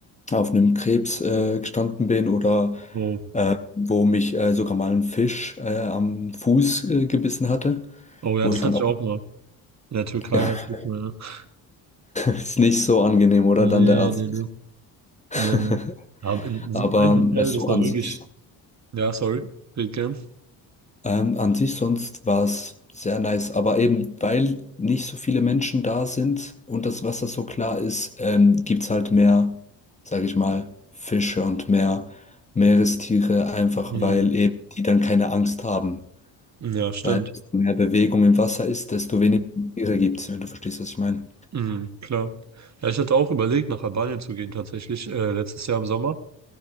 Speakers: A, on the left (about 15°); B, on the right (about 35°).
A: auf einem Krebs äh, gestanden bin oder
B: Oh.
A: äh, wo mich äh, sogar mal ein Fisch äh, am Fuß äh, gebissen hatte,
B: Oh ja,
A: wo
B: das
A: ich dann
B: hatte ich
A: auch,
B: auch mal. In der Türkei
A: <laughs>
B: hatte ich mal. ja.
A: ist nicht so angenehm, oder
B: Nee,
A: dann der Arzt.
B: nee, nee. Nee.
A: <laughs>
B: Aber in diesem
A: Aber
B: einen
A: ähm,
B: Hotel,
A: es
B: das
A: so
B: war
A: an
B: wirklich.
A: sich.
B: Ja, sorry, geht gern.
A: Ähm, an sich sonst war es sehr nice, aber eben weil nicht so viele Menschen da sind und das Wasser so klar ist, ähm, gibt's halt mehr, sage ich mal, Fische und mehr Meerestiere, einfach
B: Hm.
A: weil eben die dann keine Angst haben.
B: Ja, stimmt.
A: Weil desto mehr Bewegung im Wasser ist, desto weniger Tiere gibt's, wenn du verstehst, was ich meine.
B: Hm, klar. Ja, ich hatte auch überlegt, nach Albanien zu gehen, tatsächlich, äh, letztes Jahr im Sommer.